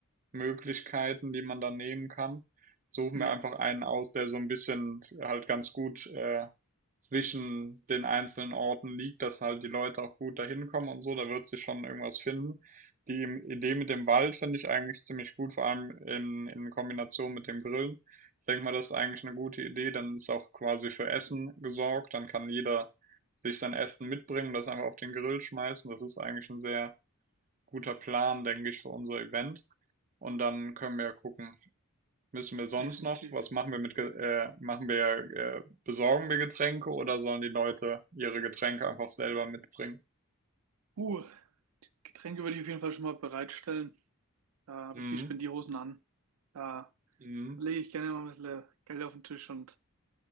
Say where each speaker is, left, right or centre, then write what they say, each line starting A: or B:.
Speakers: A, on the right; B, on the right.
A: Möglichkeiten, die man dann nehmen kann. Suche
B: Ja,
A: mir einfach einen aus, der so ein bisschen halt ganz gut, äh, zwischen den einzelnen Orten liegt, dass halt die Leute auch gut dahin kommen und so. Da wird sich schon irgendwas finden. Die im Idee mit dem Wald finde ich eigentlich ziemlich gut, vor allem in in Kombination mit dem Grillen. Ich denke mal, das ist eigentlich eine gute Idee. Dann ist auch quasi für Essen gesorgt. Dann kann jeder sich sein Essen mitbringen, das einfach auf den Grill schmeißen. Das ist eigentlich ein sehr guter Plan, denke ich, für unser Event. Und dann können wir ja gucken, müssen wir sonst
B: definitiv.
A: noch, was machen wir mit, Ge- äh, machen wir, äh, besorgen wir Getränke oder sollen die Leute ihre Getränke einfach selber mitbringen?
B: Uh, Getränke würde ich auf jeden Fall schon mal bereitstellen. Da habe
A: Mhm.
B: ich die Spendierhosen an. Da
A: Mhm.
B: lege ich gerne mal ein bisschen Geld auf den Tisch und